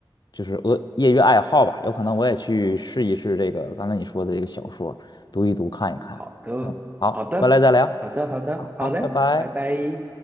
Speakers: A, on the left; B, on the right.
A: 就是呃业余爱好吧，有可能我也去试一试这个刚才你说的这个小说，读一读看一看。
B: 好的，
A: 嗯，好，
B: 好的，
A: 回来再聊。
B: 好的，好的，好嘞，
A: 好，拜拜。
B: 拜拜。